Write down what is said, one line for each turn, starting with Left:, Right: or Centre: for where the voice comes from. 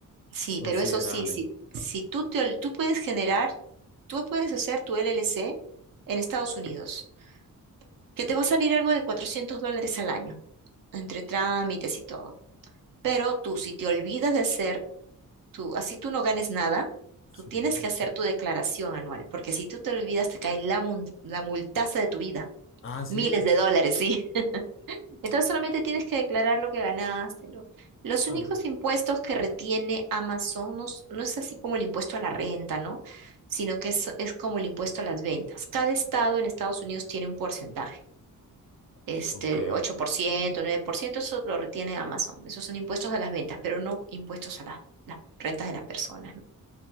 Right: Sí,
Left: Considerable.
Right: pero eso sí, sí, si tú te ol- tú puedes generar, tú puedes hacer tu LLC en Estados Unidos, que te va a salir algo de 400 dólares al año, entre trámites y todo. Pero tú, si te olvidas de hacer, tú, así tú no ganes nada,
Left: Sí.
Right: tú tienes que hacer tu declaración anual, porque si tú te olvidas, te cae la, mun- la multaza de tu vida,
Left: Ah, sí.
Right: miles de dólares, ¿sí? <laughs> Entonces solamente tienes que declarar lo que ganaste. lo- Los
Left: Ah,
Right: únicos
Left: no.
Right: impuestos que retiene Amazon no, s- no es así como el impuesto a la renta, ¿no? Sino que es, es como el impuesto a las ventas. Cada estado en Estados Unidos tiene un porcentaje este
Left: Ok.
Right: ocho por ciento nueve por ciento eso lo retiene Amazon. Esos son impuestos a las ventas, pero no impuestos a las, las rentas de las personas, ¿no?